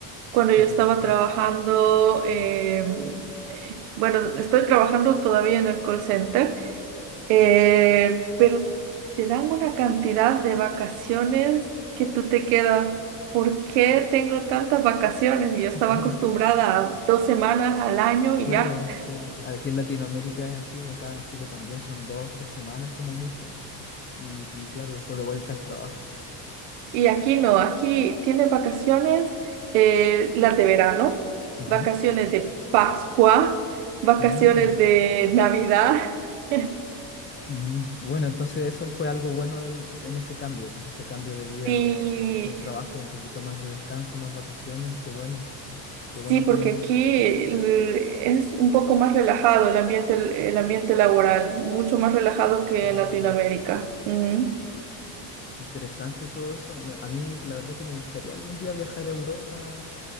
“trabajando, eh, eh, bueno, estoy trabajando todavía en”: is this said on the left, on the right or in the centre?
Right